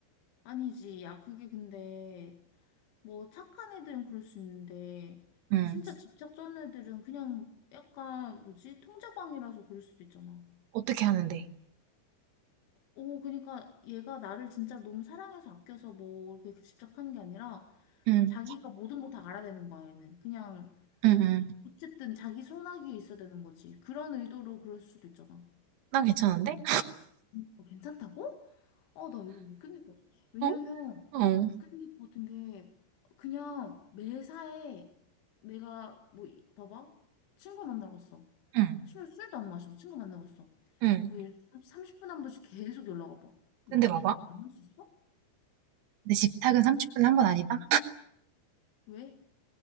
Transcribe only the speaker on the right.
응,
어떻게 하는데?
응,
응, 응.
난 괜찮은데?
어? 어.
응.
응.
근데
봐봐.
근데 집탁은 30분에 한 번 아니다?